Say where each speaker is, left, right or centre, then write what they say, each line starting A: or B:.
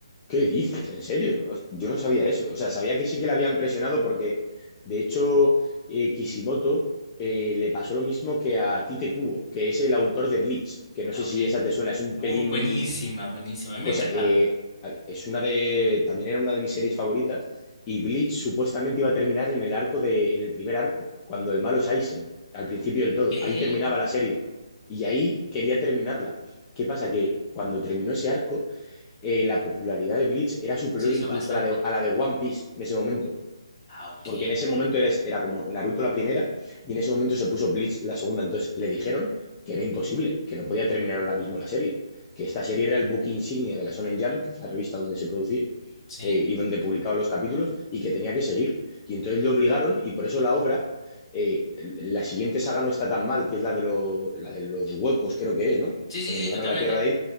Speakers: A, on the left; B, on the left.
A: ¿Qué dices? ¿En serio? Yo no sabía eso. O sea, sabía que sí que le habían presionado porque, de hecho, eh, Kishimoto eh, le pasó lo mismo que a Tite Kubo, que es el autor de Bleach, que no
B: Ah,
A: sé
B: ok.
A: si esa te suena, es un
B: Uh,
A: pelín,
B: buenísima, buenísima. A mí
A: pues
B: me ha encantado.
A: eh, es una de, también era una de mis series favoritas, y Bleach supuestamente iba a terminar en el arco de, en el primer arco, cuando el malo es Aizen, al principio del todo,
B: ¿Qué?
A: ahí terminaba la serie, y ahí quería terminarla. ¿Qué pasa? Que cuando terminó ese arco, eh, la popularidad de Bleach era superior
B: Sí, hizo
A: incluso
B: bastante.
A: a la, de, a la de One Piece en ese momento,
B: Ah, ok.
A: porque en ese momento era, era como Naruto la primera y en ese momento se puso Bleach la segunda, entonces le dijeron que era imposible, que no podía terminar ahora mismo la serie, que esta serie era el book insignia de la Shonen Jump, que es la revista donde se producía,
B: Sí.
A: eh, y donde publicaba los capítulos y que tenía que seguir. Y entonces le obligaron y por eso la obra, eh, la siguiente saga no está tan mal, que es la de, lo, la de los huecos, creo que es, ¿no?
B: Sí, sí,
A: Cuando
B: sí,
A: se van
B: totalmente.
A: a la Tierra de ahí.